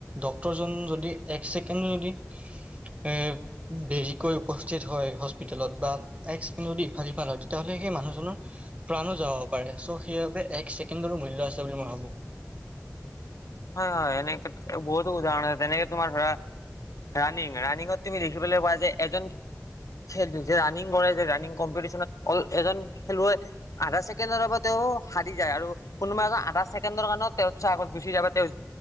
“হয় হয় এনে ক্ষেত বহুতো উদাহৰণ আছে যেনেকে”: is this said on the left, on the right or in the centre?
Left